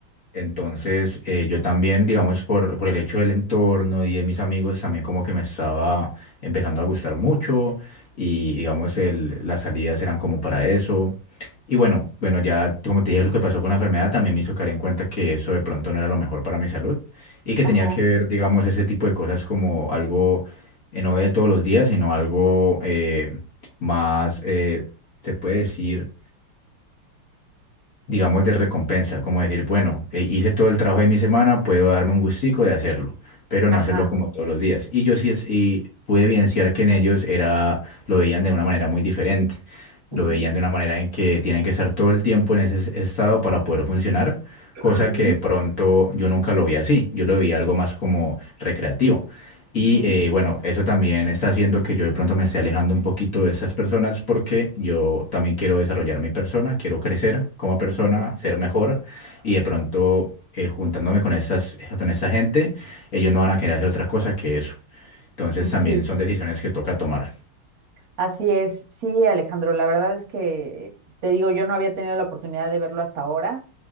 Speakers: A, on the left; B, on the right.
A: entonces, eh, yo también, digamos, por, por el hecho del entorno y de mis amigos, también como que me estaba empezando a gustar mucho y, digamos, el- las salidas eran como para eso. Y bueno, bueno, ya como te dije, lo que pasó con la enfermedad también me hizo caer en cuenta que eso de pronto no era lo mejor para mi salud y que tenía
B: ajá,
A: que ver, digamos, ese tipo de cosas como algo eh, no de todos los días, sino algo eh, más, eh, se puede decir digamos, de recompensa, como decir, bueno, eh, hice todo el trabajo de mi semana, puedo darme un gustico de hacerlo, pero no
B: ajá.
A: hacerlo como todos los días. Y yo sí es- y pude evidenciar que en ellos era, lo veían de una manera muy diferente, lo
B: ujú,
A: veían de una manera en que tienen que estar todo el tiempo en ese es- estado para poder funcionar, cosa
B: ujú,
A: que de pronto yo nunca lo vi así, yo lo vi algo más como recreativo. Y
B: ujú,
A: eh, bueno, eso también está haciendo que yo de pronto me esté alejando un poquito de esas personas porque yo también quiero desarrollar mi persona, quiero crecer como persona,
B: ujú,
A: ser mejor y de pronto eh, juntándome con estas, con esta gente, ellos no van a querer hacer otra cosa que eso. Entonces
B: ujú,
A: también
B: Sí.
A: son decisiones que toca tomar.
B: Así es, sí, Alejandro, la verdad es que te digo, yo no había tenido la oportunidad de verlo hasta ahora